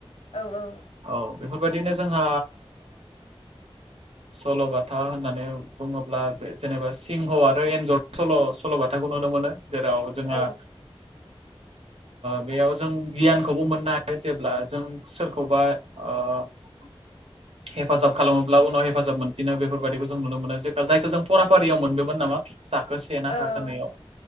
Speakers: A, on the left (about 70°); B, on the right (about 80°).
A: औ औ
B: औ बेफोरबायदिनो जोंहा। सल'बाथा होननानै बुङोब्ला बे जेनेबा सिंह आरो एन्जर सल' सल'बाथाखौ नुनो मोनो। जेराव जोंहा।
A: औ
B: बेयाव जों गियानखौबो मोननो हायो जेब्ला जों सोरखौबा। <inaudible> हेफाजाब खालामोब्ला उनाव हेफाजाब मोनफिनो बेफोरबायादिखौ जों नुनो मोनो जाय जायखौ जों फराफारियाव मोनदोंमोन नामा। साखो से ना
A: औ ओम
B: थाखोनायाव